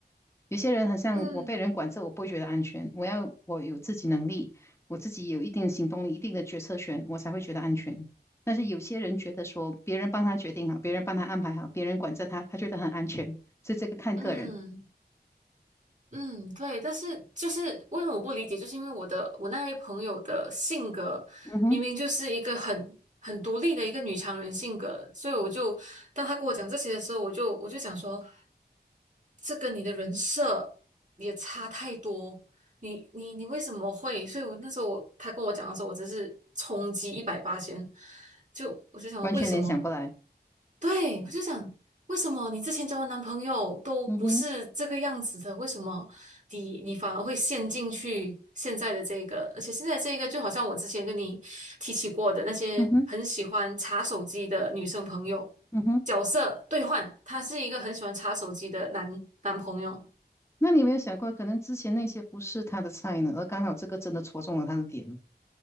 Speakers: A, on the left (about 15°); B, on the right (about 45°).
A: 有些人好像我被人管着，
B: 嗯
A: 我不会觉得安全。我要我有自己能力，我自己有一定的行动力、一定的决策权，我才会觉得安全。但是有些人觉得说，别人帮他决定好，别人帮他安排好，别人管着他，他觉得很安全。所以这个看个人，
B: 嗯。嗯，对，但是就是为什么我不理解，就是因为我的我那位朋友的性格明明就是一个很很独立的一个女强人性格，
A: 嗯哼，
B: 所以我就当他跟我讲这些的时候，我就我就想说，这跟你的人设也差太多，你你你为什么会？所以我那时候他跟我讲的时候，我真是冲击一百八千，就我就想为什么？
A: 完全联想不来。
B: 对，我就想，为什么你之前交的男朋友都不是这个样子的？
A: 嗯哼，
B: 为什么你你反而会陷进去现在的这个？而且现在这个就好像我之前跟你提起过的那些很喜欢查手机的女生朋友，
A: 嗯哼，嗯哼。
B: 角色兑换，他是一个很喜欢查手机的男男朋友，
A: 那你有没有想过，可能之前那些不是他的菜呢，而刚好这个真的戳中了他的点呢？